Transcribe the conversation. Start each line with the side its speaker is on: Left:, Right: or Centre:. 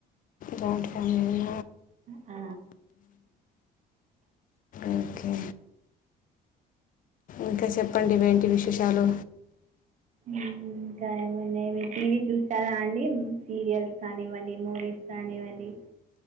Left: జాయింట్ ఫ్యామిలీనే
Right: ఆ
Left: ఓకే ఇంకా చెప్పండి ఇవేంటి విశేషాలు.
Right: ఇంకా ఏమన్నా టీవీ చూసారా అండి సీరియల్స్ కానివ్వండి మూవీస్ కానివ్వండి